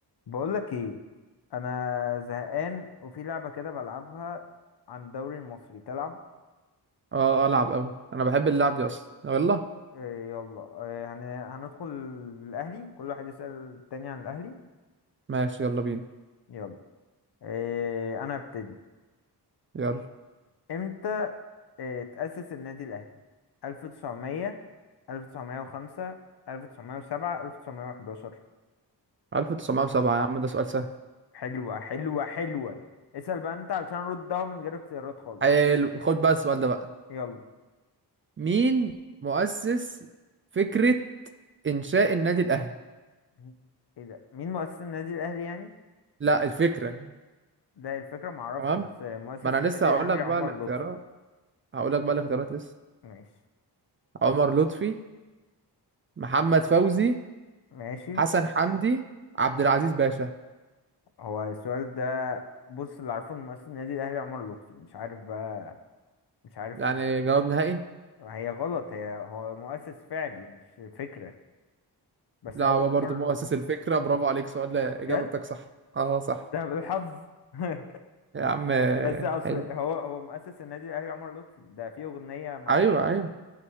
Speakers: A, on the left; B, on the right.
A: بقولك ايه انا زهقان وفي لعبة كده بلعبها عن الدوري المصري تلعب
B: اه آه، العب قوي انا بحب اللعب دي اصلا يلا
A: إيه يلا إيه هن... هندخل الاهلي كل واحد يسأل التاني عن الاهلي
B: ماشي يلا بينا
A: يلا إيه انا ابتدي
B: يلا
A: امتى إيه تأسس النادي الاهلي 1900 1905 1907 1911
B: 1907 يا عم ده سؤال سهل
A: حلوة حلوة حلوة اسأل بقى انت علشان ردها من غير اختيارات خالص
B: حلو خد بقى السؤال ده بقى
A: يلا
B: مين مؤسس فكرة إنشاء النادي الأهلي
A: مين- ايه ده مين مؤسس النادي الاهلي يعني
B: لا الفكرة
A: ده الفكرة معرفش
B: تمام
A: بس مؤسس
B: ما انا
A: النادي
B: لسه هقول
A: الأهلي
B: لك بقى
A: عمر
B: الاختيارات
A: لطفي
B: هقول لك بقى الاختيارات لسه
A: ماشي
B: عمر لطفي محمد فوزي
A: ماشي
B: حسن حمدي عبد العزيز باشا
A: هو السؤال ده بص اللي عارفه إن مؤسس النادي الأهلي عمر لطفي مش عارف بقى مش عارف
B: يعني جواب نهائي
A: هي غلط هي هو مؤسس فعلي مش فكرة بس
B: لا
A: أقول
B: هو برضو
A: عمر
B: مؤسس الفكرة برافو عليك سؤال لا
A: بجد
B: إجابتك صح اه صح
A: ده بالحظ
B: يا
A: <laughs>
B: عم
A: بس أصل
B: حلو
A: هو هو مؤسس النادي الأهلي عمر لطفي ده في أغنية معمولة
B: ايوه ايوه
A: عن-